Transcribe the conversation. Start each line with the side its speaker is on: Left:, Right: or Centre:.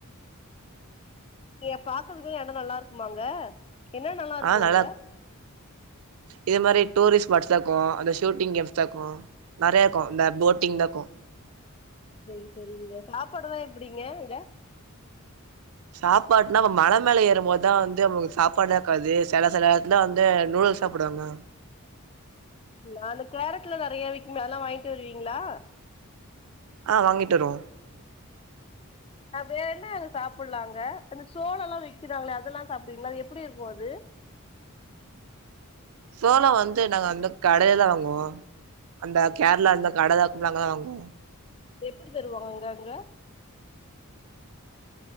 Left: கிய பாக்கறதுக்கலா எடோ நல்லா இருக்குமாங்க என்ன இருக்கு
Right: ஆ நல்லா
Left: அங்க
Right: இதே மாரி டூரிஸ்ட ஸ்பாட்ஸ்லாக்கு அந்த ஷூட்டிங் கேம்ஸ் தா க்கு நெறயாக்கு இந்த போட்டிங் தா க்கு
Left: செரி செரிங்க நாப்பாடுலா எப்டிங்க இங்க
Right: சாப்பாட்னா நம்ம மல மேல ஏறும் போது தா வந்து நம்ளுக்கு சாப்பாட்லா இக்காது செல செல எத்ல வந்து நூடுல்ஸ் சாப்டுவாங்க
Left: நா அந்த கேரட்ல நெறைய விக்குமே அதெல்லா வாய்ன்ட்டு வருவீங்ளா
Right: ஆ வாங்கிட்டு வருவோ
Left: அ பேறென்ன அங்க சாப்புலா அங்க இந்த சோளலா விக்கிறாங்ளே அதெல்லா சாப்டுவீங்ளா அது எப்டி இருக்கு அது
Right: சோளோ வந்து நாங்க அந்த கடைலதா வாங்குவோ அந்த கேர்ளாந்த கடதாக்கும்ல அங்க தா வாங்குவோ
Left: எப்டி தருவாங்க அங்க அங்க